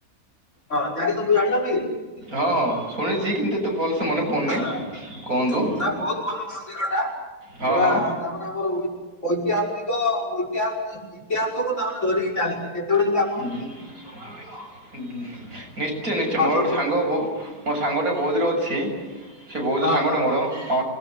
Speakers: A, on the left (about 50°); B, on the right (about 65°).
A: ହଁ କାଳିଶମ୍ଭୁ ଜାଣିିଛନ୍ତି।
B: ହଁ ଶୁଣିଛି କିନ୍ତୁ ଏତେ ଭଲ ସେ ମନେ ପଡୁନି
A: ହଁ।
B: କୁହନ୍ତୁ
A: ନା ବହୁତ ଭଲ ମନ୍ଦିର ଟା।
B: ହଁ
A: ପୁରା
B: ହଁ।
A: ତାମାନେ ଆମର ଐତିହାସିକ ଐତିହାସ ଇତିହାସକୁୁ ତାହେଲେ ଧରିକି ଚାଲିଛି। କେତେବେଳେ ଯଦି ଆ
B: ନିଶ୍ଚୟ ନିଶ୍ଚୟ
A: ଆସନ୍ତୁ।
B: ମୋର ଗୋଟେ ସାଙ୍ଗ ବ ମୋ ସାଙ୍ଗଟେ ବୌଦ୍ଧରେ ଅଛି ସେ ବୌଦ୍ଧ
A: ହଁ
B: ସାଙ୍ଗଟେ
A: ହଁ
B: ମୋର ହଁ